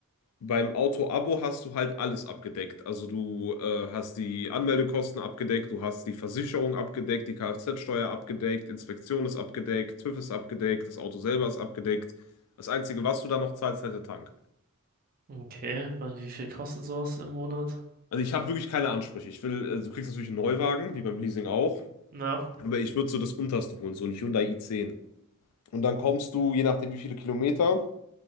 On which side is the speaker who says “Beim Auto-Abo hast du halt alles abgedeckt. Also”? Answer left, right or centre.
Left